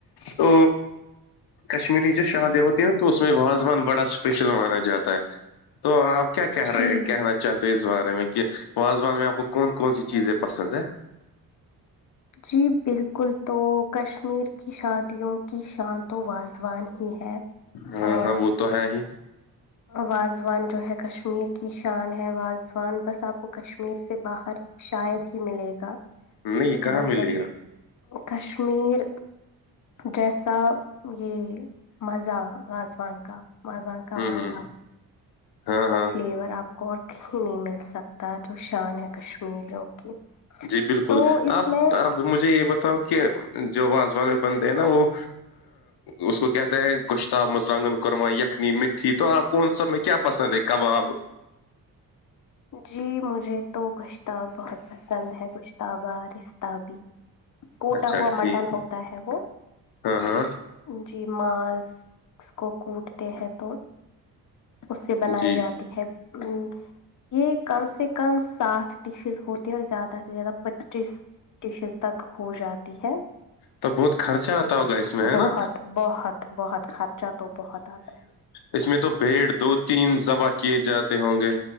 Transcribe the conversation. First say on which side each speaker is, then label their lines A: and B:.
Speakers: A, on the left; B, on the left.
A: تو کشمیری جو شادیں ہوتی ہیں نا تو اس میں وازوان بڑا اسپیشل مانا جاتا ہے تو آپ کیا کہہ
B: جی
A: رہے کہنا چاہتے اس بارے میں کہ وازوان میں آپ کو کون کون سی چیزیں پسند ہے
B: جی بالکل تو کشمیر کی شادیوں کی شانت و وازوان ہی ہے
A: ہاں
B: اور
A: ہاں وہ تو ہے ہی
B: واازوان جو ہے کشمیر کی شان ہے واازوان بس آپ کو کشمیر سے باہر شاید ہی ملے گا
A: نہیں کہاں
B: مطلب
A: ملے گا
B: کشمیر جیسا یہ مزہ وازوان کا وازوان کا
A: ہوں
B: مزہ
A: ہوں ہاں
B: وہ
A: ہاں
B: فلیور آپ اور ہی نہیں مل سکتا جو شان ہے کشمییروں کی
A: جی بالکل
B: تو اس
A: آپ
B: میں
A: ا مجھے یہ بتاؤ کہ جو واازوان بندے ہیں نا وہ اس کو کہتے ہیں گشتا مترانگن قورما یخنی مھی تو آپ کون سب میں کیا پسند ہے کباب
B: جی مجھے تو گشتا بہت پسند ہے گشتابہ رستتاہ بھیی کوٹا
A: اچھا
B: ہوا
A: ٹھیک
B: مٹن ہوتا ہے وہ
A: ہاں ہاں
B: جی ماس کو کوٹتے ہیں تو اس سے بنائی
A: جی
B: جاتی
A: جی
B: ہے ا یہ کم سے کم سات ڈشز ہوتی ہیں اور زیادہ سے زیادہ پچیس ڈشز تک ہو جاتی ہے
A: تو بہت خرچہ آتا ہوگا اس میں ہے
B: بہت
A: نا
B: بہت بہت خرچہ تو بہت آتا ہے
A: اس میں تو بھیڑ دو تین بح کیے جاتے ہوں گے